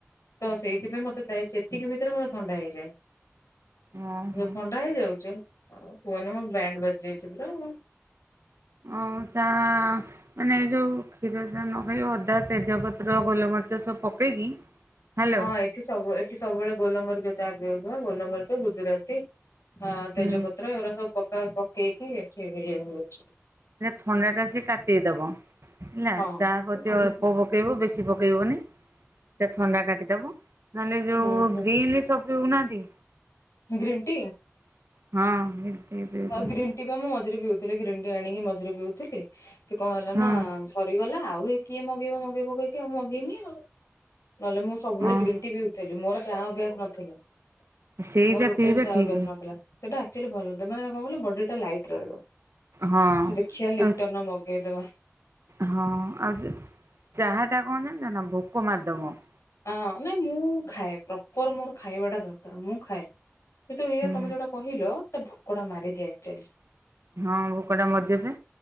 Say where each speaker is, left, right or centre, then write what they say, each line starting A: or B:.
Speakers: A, on the left (about 80°); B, on the right (about 65°).
A: ତ ସେଇଥିପାଇଁ ମତେ ପାଏ ସେତିକି ଭିତରେ ମତେ ଥଣ୍ଡା ହେଇଯାଏ।
B: ଓହୋ
A: ଥଣ୍ଡା ହେଇଯାଉଛି ଆଉ କୁହନି ମ ବ୍ୟାଣ୍ଡ ବାଜିଯାଇଛି ପୁରା ଆଉ।
B: ହଉ ଚା ମାନେ ଏ ଯୋଉ କ୍ଷୀର ଚା ନ ଖାଇ ଅଦା ତେଜପତ୍ର ଗୋଲମରିଚ ସବୁ ପକେଇକି ହ୍ୟାଲୋ
A: ହଁ ଏଠି ସବୁ, ଏଠି ସବୁବେଳେ ଗୋଲମରିଚ ଚା ଗୋଲମରିଚ, ଗୁଜୁରାତି, ହ ତେଜପତ୍ର,
B: ହୁଁ
A: ଏଗୁଡା ସବୁ ପ ପକେଇକି ସେଞ <unintelligible>
B: ଥଣ୍ଡା ଟା ସେ କାଟେଇ ଦବ ହେଲା,
A: ହଁ
B: ଚାହା ପତି
A: ହୁଁ
B: ଅଳ୍ପ ପକେଇବ, ବେଶୀ ପକେଇ ଇବନି ସେ ଥଣ୍ଡା କାଟିଦବ, ନହେଲେ ଯୋଉ
A: ହୁଁ
B: ଗ୍ରୀନ ସ ନା <unintelligible>
A: ଗ୍ରୀନ୍ ଟି
B: ହଁ ଟି ପିଉଛନ୍ତି
A: ଆଉ ଗ୍ରୀନ୍ ଟି ବା ମୁଁ ମଝିରେ ପିଉଥିଲି, ଗ୍ରୀନ୍ ଟି ଆଣିକି ମ ମଝିରେ ପିଉଥିଲି, ସେ କଣ ହେଲା
B: ହଁ
A: ନା ସରିଗଲା । ଆଉ ଏ କିଏ ମଗେଇବ ମଗେଇବ କହିକି ଆଉ ମଗେଇନି ଆଉ ନହେଲେ ମୁଁ ସବୁବେଳେ
B: ହଁ
A: ଗ୍ରୀନ୍ ଟି ବିିଉଥିଲି ମୋର ଚାହା ଅଭ୍ୟାସ ନଥିଲା ।
B: ସେଇଟା
A: ମୋର ରୋଟାଲି
B: ପିଇବା
A: ଚାହା
B: ଠିକ୍
A: ଅଭ୍ୟାସ ନଥିଲା, ସେଟା ଆକ୍ଚୁଆଲି ଭଲଥିଲା । ବଡି ଟା ଲାଇଟ ରହିବ,
B: ହଁ
A: ଦେଖିବା ଲିପଟନର
B: ଆଉ
A: ମଗେଇଦବା ।
B: ହଁ ଆଉ ଚାହା ଟା କଣ ଜାଣିଚ ନା? ଭୋକ ମାରିଦବ ।
A: ହଁ, ନାଇଁ ମୁଁ ଖାଏ, ପ୍ରପର ମୋର ଖାଇବାଟା ଦରକାର, ମୁଁ ଖାଏ, କିନ୍ତୁ ଏଇଆ
B: ହୁଁ
A: ତମେ ଯୋଉଟା କହିଲ ିଆ <unintelligible>
B: ହଁ, ଭୋକଟା ମରିଜାଏ ପା,